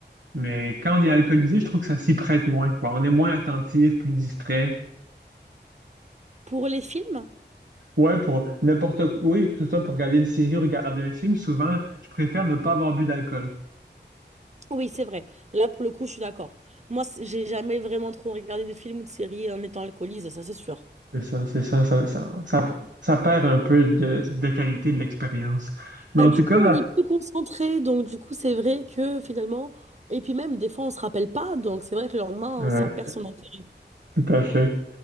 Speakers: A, on the right; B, on the right.
A: Mais quand on est alcoolisé, je trouve que ça s'y prête moins, quoi. On est moins attentif, plus distrait.
B: Pour les films,
A: Ouais, pour n'importe quoi. Oui, que ce soit pour regarder une série ou regarder un film, souvent, je préfère ne pas avoir bu d'alcool.
B: oui, c'est vrai. Là, pour le coup, je suis d'accord. Moi, c- j'ai jamais vraiment trop regardé de films ou de séries en étant alcoolisée, ça c'est sûr.
A: C'est ça, c'est ça, ça, ça, ça, ça perd un peu de, de qualité de l'expérience. Mais
B: Euh,
A: en
B: du
A: tout
B: coup,
A: cas,
B: on est plus concentré, donc du coup, c'est vrai que finalement, et puis même des fois, on se rappelle pas, donc c'est vrai que le lendemain,
A: ouais,
B: ça perd son intérêt.
A: tout à fait.